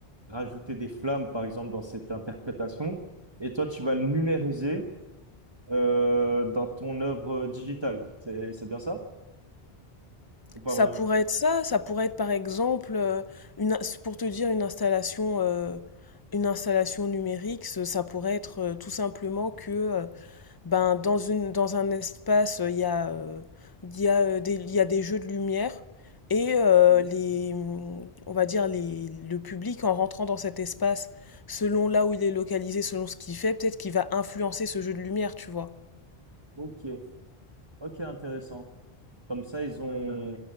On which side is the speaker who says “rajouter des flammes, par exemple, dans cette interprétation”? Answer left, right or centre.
Right